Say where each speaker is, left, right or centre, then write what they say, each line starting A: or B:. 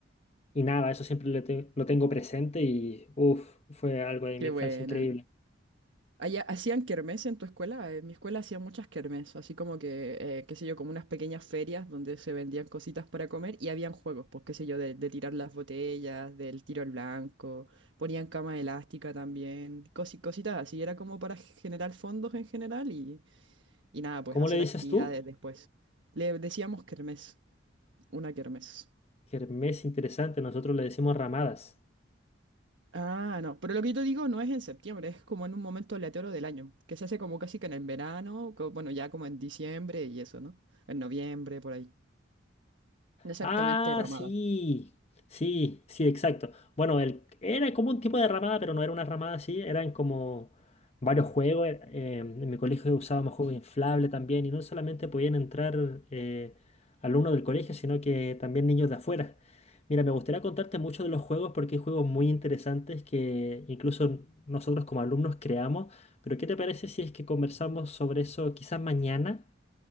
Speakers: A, on the left; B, on the right.
A: Y nada, eso siempre lo, te- lo tengo presente y uff, fue algo de
B: Qué
A: mi infancia
B: buena.
A: increíble.
B: Allá, ¿hacían kermés en tu escuela? En mi escuela hacían muchas kermés, así como que, eh, qué sé yo, como unas pequeñas ferias donde se vendían cositas para comer y habían juegos, pues qué sé yo, de, de tirar las botellas, del tiro al blanco, ponían cama elástica también, cosi- cositas así, era como para generar fondos en general y, y nada, pues
A: ¿Cómo
B: hacer
A: le dices
B: actividades
A: tú?
B: después. Le decíamos kermés, una kermés.
A: Kermés interesante, nosotros le decimos ramadas.
B: Ah, no, pero lo que yo te digo no es en septiembre, es como en un momento aleatorio del año, que se hace como casi que en el verano, co- bueno, ya como en diciembre y eso, ¿no? En noviembre, por ahí. Exactamente,
A: Ah,
B: Ramada.
A: sí, sí, sí, exacto. Bueno, el, era como un tipo de ramada, pero no era una ramada así, eran como varios juegos. er- eh, en mi colegio usábamos juegos inflables también y no solamente podían entrar eh, alumnos del colegio, sino que también niños de afuera. Mira, me gustaría contarte mucho de los juegos porque hay juegos muy interesantes que incluso nosotros como alumnos creamos, pero ¿qué te parece si es que conversamos sobre eso quizás mañana?